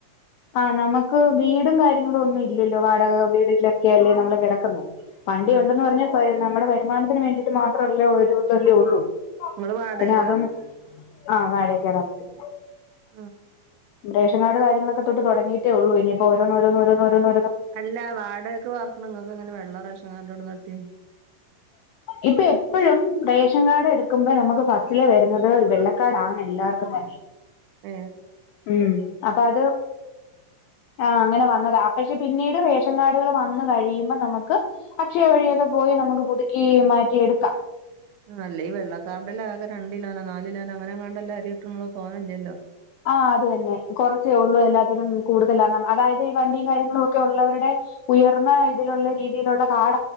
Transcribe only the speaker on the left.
ആഹ് നമക്ക് വീടും കാര്യങ്ങളും ഒന്നും ഇല്ലല്ലോ, വാടക വീടിലൊക്കെ അല്ലേ നമ്മള് കിടക്ന്നേ വണ്ടി
ഒണ്ടെന്ന് പറഞ്ഞാൽ നമ്മടെ വരുമാനത്തിന് വേണ്ടിയിട്ട് മാത്രമല്ലേ ഒരു തല്ല ഉള്ളൂ
പിന്നെ അതൊന്ന് ആഹ് വാടയക്കാ താമസിക്കണേ
റേഷ കാർഡ് കാര്യങ്ങളൊക്കെതോട്ട് തോടങ്ങിയിട്ട ഉള്ളു ഇനിപ്പോ ഓരോന് ഓരോന്ന് ഓരോന്ന് ഓരോന്ന്
ഇപ്പൊ എപ്പോഴും റേഷൻ കാർഡ് എടുക്കുമ്പോ നമുക്ക് ഫസ്റ്റില് വരുന്നത് വെള്ളക്കാട ആണ് എല്ലാവർക്കും തന്നെ
ഉം അപ്പൊ അത് ആ അങ്ങനെ വന്നതാ ആ പക്ഷെ പിന്നീട് റേഷൻ കാർഡുകൾ വന്ന കഴിയുമ്പോ നമുക്ക് അക്ഷയ വഴിയൊക്കെ പോയി നമുക്ക് പുതുക്കി മാറ്റിഎടുക്കാം
ആ അത്തന്നെ കുറച്ചേ ഉള്ളൂ എല്ലാത്തിനും കൂടുതലണ്ണം അതായത് ഈ വണ്ടിയും കാര്യങ്ങളും ഒക്കെ ഉള്ളവരുടെ ഉയർന്ന ഇതിലുള്ള രീതിയിലുള്ള കാട